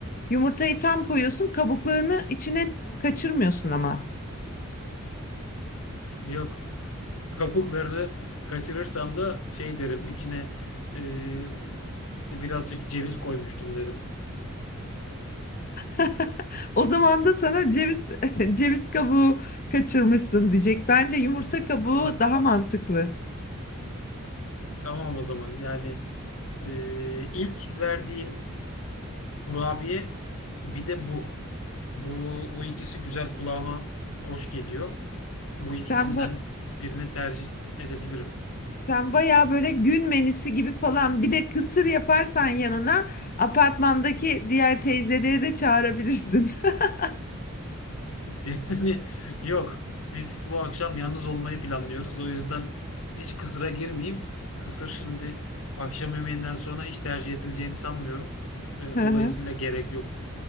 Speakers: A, on the left; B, on the left.
A: yumurtayı tam koyuyorsun kabuklarını içine kaçırmıyorsun ama.
B: Yok. <laughs> Kabuklarını kaçırırsam da şey derim içine eee, işte birazcık ceviz koymuştum derim.
A: <laughs> O zaman da sana ceviz <laughs> ceviz kabuğu kaçırmışsın diyecek. Bence
B: <laughs>
A: yumurta kabuğu
B: Ah,
A: daha mantıklı.
B: Tamam o zaman. Yani eee, ilk verdiğin Kurabiye bir de bu. Bu, bu ikisi güzel kulağıma hoş geliyor. Bu
A: Sen
B: ikisinden
A: ba-
B: birini tercih edebilirim.
A: sen bayağı böyle gün menüsü gibi falan bir de kısır yaparsan yanına apartmandaki diğer teyzeleri de çağırabilirsin.
B: <laughs>
A: <laughs>
B: Yani yok. Biz bu akşam yalnız olmayı planlıyoruz. O yüzden hiç kısıra girmeyeyim. Kısır şimdi akşam yemeğinden sonra hiç tercih edileceğini sanmıyorum. Ve
A: Hı
B: dolayısıyla
A: hı,
B: gerek yok.